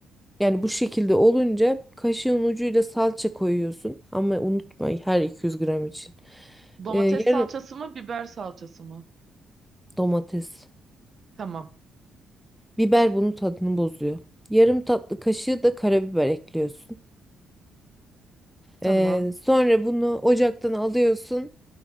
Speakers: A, in the centre; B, on the right.
A: yani bu şekilde olunca kaşığın ucuyla salça koyuyorsun ama unutma her 200 gram için.
B: Domates
A: Ee, yarım
B: salçası mı biber salçası mı?
A: domates
B: Tamam.
A: biber bunun tadını bozuyor. Yarım tatlı kaşığı da karabiber ekliyorsun.
B: Tamam.
A: Ee, sonra bunu ocaktan alıyorsun.